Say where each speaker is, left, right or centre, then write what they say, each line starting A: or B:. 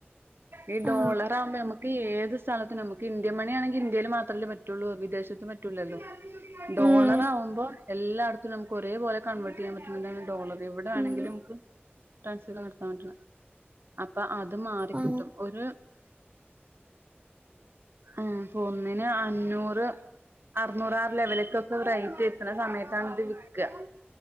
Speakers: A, on the right (about 65°); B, on the right (about 35°).
A: ഈ ഡോളർ
B: ആ
A: ആകുമ്പോ നമുക്ക് ഏത് സ്ഥലത്തി നമുക്ക് ഇന്ത്യൻ മണിയാണെങ്കി ഇന്ത്യൽ മാത്ര റ്റുള്ളു വിദേശത്ത് പറ്റുലല്ലോ ഡോളർ
B: ഉം
A: ആവുമ്പോ എല്ലായിടത്തും നമുക്ക് ഒരേ പോലെ കൺവേർട്ട് ചെയ്യാൻ പറ്റ്ന്നില്ല ഡോളർ ഇവിടെണെങ്കില്
B: ഉം
A: നമുക്ക് ട്രാൻസ്ഫർ നടത്താൻ പറ്റണം അപ്പൊ അത് മാറിക്കിട്ടും
B: ആ
A: ഒരു ആപ്പൊ ഒന്നിന് അഞ്ഞൂറ് അറുന്നൂറാറ് ലെവലേക്കൊക്കെ റൈറ്റ് എത്തുന്ന സമയത്താണ് ഇത് വിക്കുക